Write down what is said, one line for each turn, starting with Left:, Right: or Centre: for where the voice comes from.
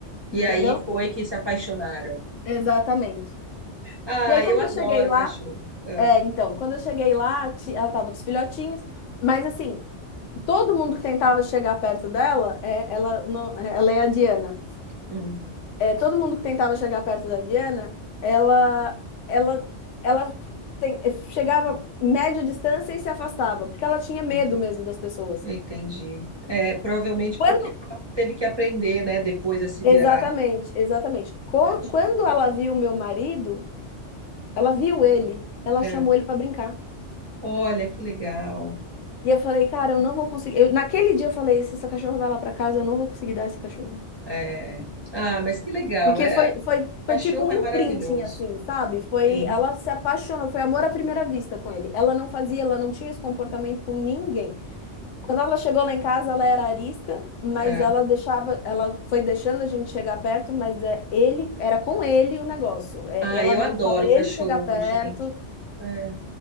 Left: entendeu?
Right: E aí foi que se apaixonaram.
Left: Exatamente.
Right: Ah,
Left: E aí quando
Right: eu adoro
Left: eu cheguei lá,
Right: cachorro. É.
Left: é, então, quando eu cheguei lá, ti- ela tava com os filhotinhos, mas assim, todo mundo que tentava chegar perto dela, é, ela, não- ela é a Diana.
Right: Hum,
Left: É, todo mundo que tentava chegar perto da Diana, ela, ela, ela tem- chegava média distância e se afastava, porque ela tinha medo
Right: entendi.
Left: mesmo das pessoas.
Right: Entendi. É, provavelmente
Left: Quando
Right: porque ela teve que aprender, né, depois a se virar.
Left: Exatamente, exatamente. Con-
Right: Tadinho.
Left: Quando ela viu meu marido, ela viu ele, ela
Right: É.
Left: chamou ele pra brincar.
Right: Olha, que legal.
Left: E eu falei, cara, eu não vou conseguir. Eu- naquele dia eu falei, se essa cachorra vai lá pra casa, eu não vou conseguir dar essa cachorra.
Right: É. Ah, mas que legal.
Left: Porque
Right: É,
Left: foi, foi, foi
Right: cachorro
Left: tipo um
Right: é
Left: imprinting,
Right: maravilhoso.
Left: assim, sabe? Foi,
Right: Sim.
Left: ela se apaixonou, foi amor à primeira vista com ele. Ela não fazia, ela não tinha esse comportamento com ninguém. Quando ela chegou lá em casa, ela era arisca, mas
Right: É.
Left: ela deixava, ela foi deixando a gente chegar perto, mas é ele, era com ele o negócio. É,
Right: Ah,
Left: ela
Right: eu
Left: deixava
Right: adoro
Left: ele
Right: cachorro,
Left: chegar perto.
Right: gente. É.